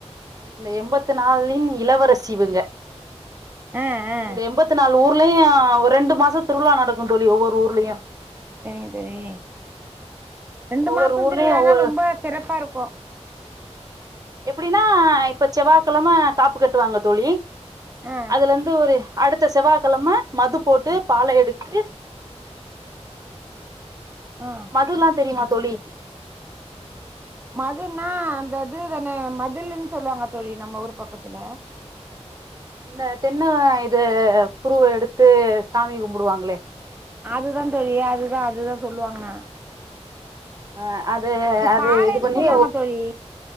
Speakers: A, on the right; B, on the right.
A: இந்த எம்பத்தி நாளின் இளவரசி இவங்க
B: அ அ
A: இந்த எம்பத்தி நாலு ஊர்லயு ஒரு ரெண்டு மாச திருவிழா நடக்கு தோழி ஒவ்வொரு ஊர்லயு
B: சரிங்க தோழி ரெண்டு
A: ஒவ்வொரு
B: மாச
A: ஊர்லயு
B: திருவிழான்னா
A: ஒவ்வொரு
B: ரொம்ப சிறப்பா இருக்கு
A: எப்டினா இப்ப செவ்வா கெழம காப்பு கட்டுவாங்க தோழி
B: ஆ
A: அதுல இருந்து ஒரு அடுத்த செவ்வா கெழம மது போட்டு பால எடுத்து
B: ஆ
A: மதுல்லா தெரியுமா தோழி
B: மதுன்னா அந்த இது தான மதிலுன் சொல்லுவாங்க தோழி நம்ம ஊர் பக்கத்துல
A: இந்த தென்ன இது குருவ எடுத்து சாமி கும்பிடுவாங்களே
B: அதுதா தோழி அதுதா அதுதா சொல்லுவாங்க
A: ஆ அது அது
B: பாளைன்னு
A: இது பண்ணி
B: சொல்லுவாங்க தோழி